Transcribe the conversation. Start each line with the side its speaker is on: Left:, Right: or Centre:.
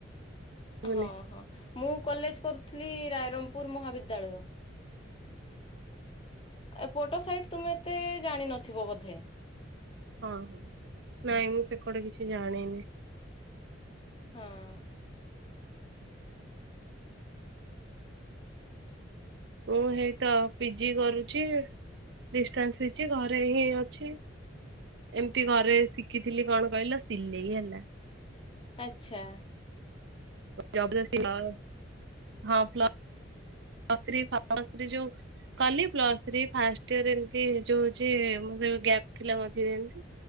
Right: ବୁନି
Left: ହଁ ହଁ ମୁଁ କଲେଜ କରୁଥିଲି ରାଇରଙ୍ଗପୁର ମହାବିଦ୍ୟାଳୟ। ଏପଟ ସାଇଟି ତୁମେ ଏତେ ଜାଣିିନଥିବ ବୋଧେ?
Right: ହଁ ହଁ ନାଇଁ ମୁଁ ସେପଟ କିଛି ଜାଣିନି।
Left: ହଁ।
Right: ମୁଁ ହେଇତ ପିଜି କରୁଛି। ଡିଷ୍ଟାନ୍ସ ହେଇଛି ଘରେହିଁ ଅଛି। ଏମିତି ଘରେ ଶିଖିଥିଲି କଣ କହିଲ ସିଲେଇ ହେଲା।
Left: ଆଛା।
Right: <unintelligible> କଲି ପ୍ଲସଥ୍ରୀଫାଷ୍ଟୟର ଏମିତି ଯୋଉଅଛି ମୋ ଗ୍ୟାପ ମଝିରେ ଏମିତି।